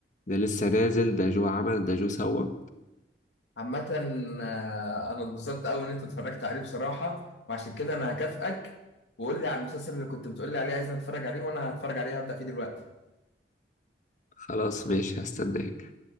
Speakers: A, on the left; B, on the left.
A: ده لسه نازل ده جو عمل ده جو سوى
B: عامة آه، أنا اتبسطت أوي إن أنت اتفرجت عليه بصراحة وعشان كده أنا هكافئك وقول لي على المسلسل اللي كنت بتقول لي عليه عايزني أتفرج عليه وأنا هتفرج عليه هبدأ فيه دلوقتي
A: خلاص ماشي هستناك